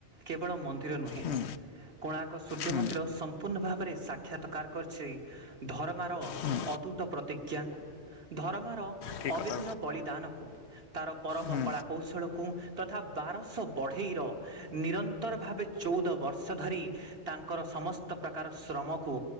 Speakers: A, on the right (about 60°); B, on the left (about 70°).
A: କେବଳ ମନ୍ଦିର ନୁହେଁ
B: ହୁଁ,
A: କୋଣାର୍କ ସୂର୍ଯ୍ୟ
B: ହୁଁ,
A: ମନ୍ଦିର, ସମ୍ ସମ୍ପୂର୍ଣ୍ଣ ଭାବରେ ସାକ୍ଷାତକାର କରିଛି, ଧର୍ମାର
B: ହୁଁ,
A: ଅତୁଟ ପ୍ରତି <unintelligible> ଙ୍କୁ ଧର୍ମାର
B: ଠିକ୍
A: ଅଭିନ୍ନ
B: କଥା
A: ବଳିଦାନକୁ, ତାର ପରମ
B: ହୁଁ,
A: କଳା କୌଶଳକୁ। କୁ, ତଥା ବାରଶହ ବଢ଼େଇର ନିରନ୍ତର ଭାବେ ଚଉଦ ବର୍ଷ ଧରି ତାଙ୍କର ସମସ୍ତ ପ୍ରକାର ଶ୍ରମକୁ